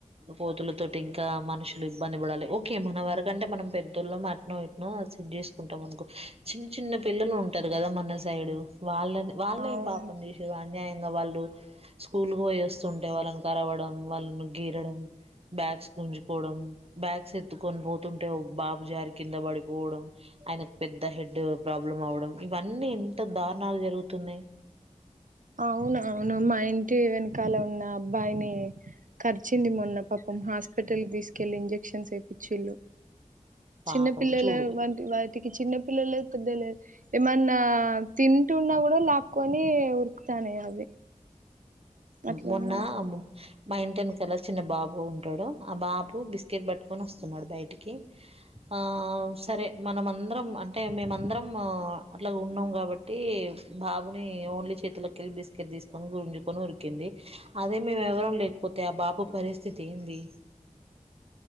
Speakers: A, on the right; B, on the right.
A: కోతులతోటి ఇంకా మనుషులు ఇబ్బంది పడాలి ఓకే మన వరకంటే అంటే మనం పెద్దోళ్ళము అట్నో ఇట్నో అది సెట్ చేసుకుంటాం అనుకో చిన్న చిన్న పిల్లలు ఉంటారు కదా మన సైడ్ వాళ్ళని వాళ్లు
B: అవును
A: ఏం పాపం చేసిన్రు అన్యాయంగా వాళ్ళు స్కూల్ పోయి వస్తు టారు అంటే వాళ్ళని కరవడం వాళ్ళని గీరడం బ్యాగ్స్ గుంజుకోవడం బ్యాగ్స్ ఎత్తుకొని పోతుంటే బాబు జారి కింద పడిపోవడం ఆయనకు పెద్ద హెడ్ ప్రాబ్లం అవడం ఇవన్నీ ఎంత దారుణాలు జరుగుతున్నాయి
B: అవునవును మా ఇంటి వెనకాల ఉన్న అబ్బాయిని ఖర్చింది మొన్న పాపం హాస్పిటల్కి తీసుకెళ్లి ఇంజక్షన్స్ వేపిచ్చిన్లు
A: పాపం
B: చిన్నపిల్లల
A: చూడు
B: వంటి వాటికి చిన్నపిల్లల లేదు ఏమన్నా తింటున్నా కూడా లాక్కో టానవి అవి అట్లున్నాయి
A: మొన్న మా ఇంటి వెనకాల చిన్న బాబు వుంటాడు ఆ బాబు బిస్కెట్ పట్టుకొని వస్త న్నాడు బయటికి ఆ సరే మనమందరం అంటే మేమందరం ఇలా ఉన్నాం కాబట్టి బాబుని ఓన్లీ చేతులకుకెళ్ళి బిస్కెట్ తీసుకొని గుంజు కుని ఉరికింది అదే మేము ఎవరం లేకపోతే ఆ బాబు పరిస్థితి ఏంది